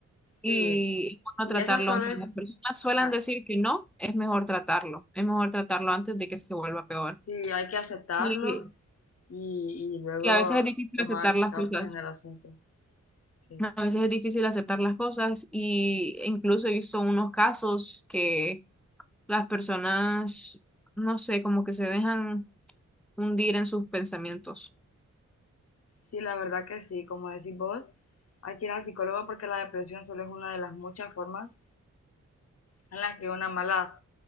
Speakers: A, in the centre; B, on the left.
A: y
B: sí.
A: es bueno
B: Y
A: tratarlo,
B: eso solo
A: aunque
B: es,
A: las personas
B: ajá,
A: suelen decir que no, es mejor tratarlo, es mejor tratarlo antes de que se vuelva peor.
B: sí, hay que aceptarlo
A: Y,
B: y, y luego
A: y a veces es difícil
B: tomar
A: aceptar las
B: cartas
A: cosas,
B: en el asunto, sí.
A: a veces es difícil aceptar las cosas y incluso he visto unos casos que las personas, no sé, como que se dejan hundir en sus pensamientos.
B: Sí, la verdad que sí, como decís vos, hay que ir al psicólogo porque la depresión solo es una de las muchas formas en las que una mala,